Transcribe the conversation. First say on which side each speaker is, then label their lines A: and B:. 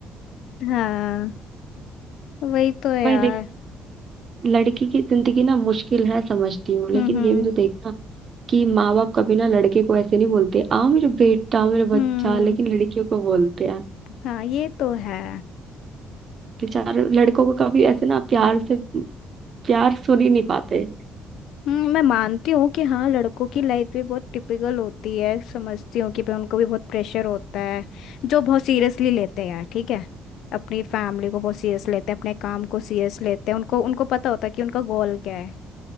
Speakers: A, on the left; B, on the right.
A: हाँ वही तो यार
B: भाई देख लड़की की जिंदगी ना मुश्किल है समझती हूँ लेकिन
A: हम्म हम्म
B: ये भी तो देखना कि माँ बाप कभी ना लड़के को ऐसे नहीं बोलते आओ मेरे बेटा आओ मेरे
A: हम्म
B: बच्चा लेकिन लड़कियों को बोलते हैं
A: हाँ ये तो है
B: बेचारे लड़कों को कभी ऐसे ना प्यार से प्यार सुन ही नहीं पाते
A: हम्म, मैं मानती हूँ कि हाँ लड़कों की लाइफ भी बहुत टिपिकल होती है समझती हूँ कि पे उनको भी बहुत प्रेशर होता है जो बहुत सीरियसली लेते हैं यार ठीक है अपनी फैमिली को बहुत सीरियस लेते हैं अपने काम को सीरियस लेते हैं उनको उनको पता होता है कि उनका गोल क्या है